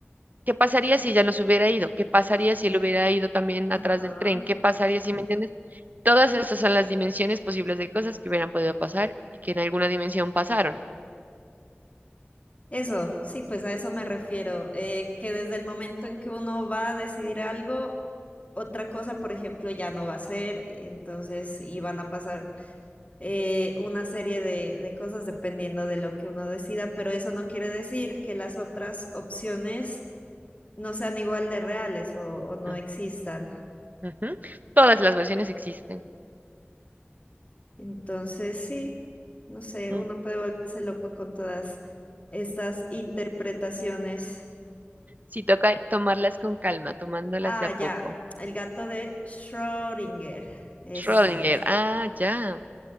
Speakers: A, on the right; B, on the left.
A: ¿Qué pasaría si ella no se hubiera ido? ¿Qué pasaría si él hubiera ido también atrás
B: Ajá.
A: del tren? ¿Qué pasaría si, me entiendes? Todas esas son las dimensiones posibles de cosas que hubieran podido pasar y que en alguna dimensión pasaron.
B: Eso, sí, pues a eso me refiero. eh, que desde el momento en que uno va a decidir algo, otra cosa, por ejemplo, ya no va a ser. y Entonces, y van a pasar eh, una serie de, de cosas dependiendo de lo que uno decida, pero eso no quiere decir que las otras opciones no sean igual de reales o o no
A: Mm,
B: existan.
A: ujú. Todas las versiones existen.
B: Entonces, sí, no sé,
A: Mm.
B: uno puede volverse loco con todas estas interpretaciones.
A: Sí toca tomarlas con calma, tomándolas
B: Ah,
A: de a poco.
B: ya, el gato de Schrödinger, esa
A: Schrödinger.
B: es.
A: Ah, ya.